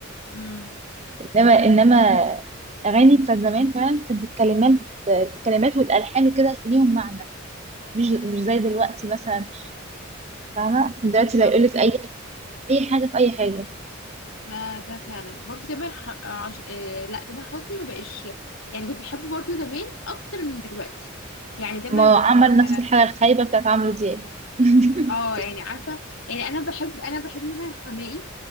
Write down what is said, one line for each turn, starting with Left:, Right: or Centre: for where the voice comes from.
Left: امم
Right: انما انما اغاني بتاعت زمان فعلا كانت الكلمات الكلمات والالحان وكده ليهم معنى مش مش زي دلوقتي مثلا فاهمه دلوقتي
Left: بالظبط
Right: لا يقول لك
Left: اه
Right: اي اي حاجه في اي حاجه
Left: ما ده فعلا برضو تامر ح... آه، عش... آه لا تامر حسني ما بقاش يعني كنت بحبه برضو زمان اكتر من دلوقتي يعني تامر
Right: ما هو عمل
Left: آه،
Right: نفس الحاجه الخايبه بتاعت عمرو دياب <laughs>
Left: اه يعني عارفه يعني انا بحب انا بحب مثلا حماقي